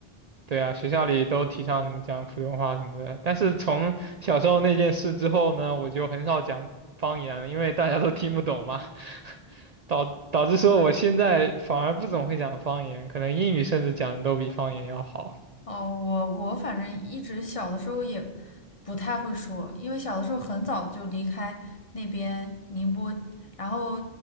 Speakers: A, on the right; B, on the left.
A: 对啊，学校里都提倡什么讲普通话什么的，但是从小时候那件事之后呢，我就很少讲方言了，因为大家都听不懂嘛。导导致说我现在反而不怎么会讲方言，可能英语甚至讲的都比方言要好。
B: 哦，我我反正一直小的时候也不太会说，因为小的时候很早就离开那边宁波，然后